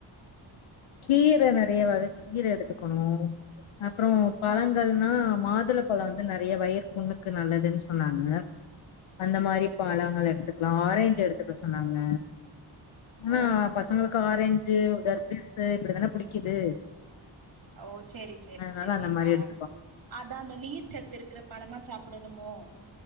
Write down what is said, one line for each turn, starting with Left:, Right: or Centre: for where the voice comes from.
Left: கீர நெறையா வக கீர எடுத்துக்கணு அப்றோ பழங்கள்னா
Right: ஆ
Left: மாதுள பழோ வந்து நெறையா வயிறு புண்ணுக்கு நல்லதுன்னு சொன்னாங்க அந்த மாரி பழங்கள் எடுத்து ஆரஞ்சு எடுத்துக்க சொன்னாங்க ஆனா
Right: ஓ
Left: பசங்களுக்கு ஆரஞ்சு தர் இப்பே இப்டிதானே புடிக்குது
Right: ஓ சேரி சேரி
Left: அதனால
Right: சேரி
Left: அந்த மாரி
Right: அ
Left: எடுத்துப்போ
Right: அதா அந்த நீர்ச் சத்து இருக்கற பழமா சாப்டணுமோ